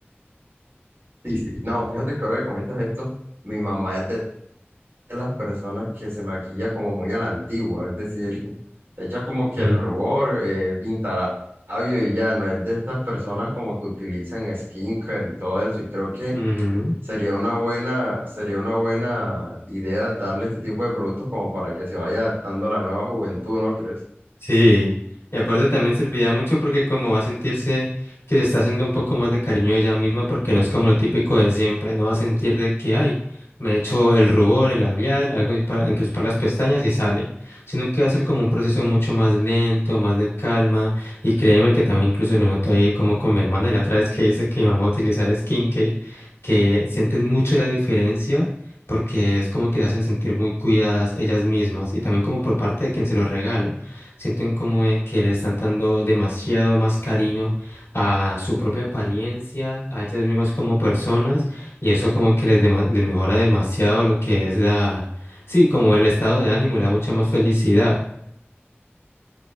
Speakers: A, on the right; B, on the left.
A: sí, sí. No, fíjate que ahora que comentas esto, mi mamá es de de las personas que se maquilla como muy a la antigua, es decir, <laughs> echa como que
B: Ujú.
A: el rubor, eh, pintará labio y ya, no es de estas personas como que utilizan skincare y todo eso, y creo que
B: Ujú.
A: sería una buena, sería una buena idea darle este tipo de productos como para que se vaya adaptando a la nueva juventud, ¿no crees?
B: Sí, y aparte también serviría mucho porque como va a sentirse que se está haciendo un poco más de cariño de ella misma porque no es como lo típico de siempre, no va a sentir de que hay, me he hecho el rubor, el labial, algo ahí para encrespar las pestañas y sale, sino que va a ser como un proceso mucho más lento, más de calma y créeme que también incluso lo noto ahí como con mi hermana y la otra vez que dice que mi mamá va a utilizar skincare, que sienten mucho la diferencia. porque es como que se hacen sentir muy cuidadas ellas mismas y también como por parte de quien se lo regala. Sienten como de que le están dando demasiado más cariño a su propia apariencia, a ellas mismas como personas, y eso como que les, dema- les mejora demasiado lo que es la, sí, como el estado de ánimo, le da mucha más felicidad.